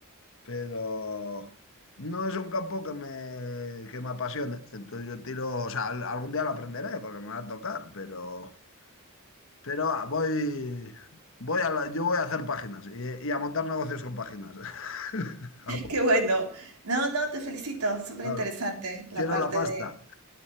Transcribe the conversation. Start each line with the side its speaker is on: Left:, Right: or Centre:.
Left: pero no es un campo que me, que me apasione. Entonces yo tiro, o sea, al- algún día lo aprenderé porque me va a tocar, pero, pero ah, voy, voy a la- yo voy a hacer páginas y, y a montar negocios con páginas. <laughs> Ah, pues,
Right: Qué bueno. No, no, te felicito. Súper
Left: Claro,
Right: interesante la
Left: quiero
Right: parte
Left: la pasta.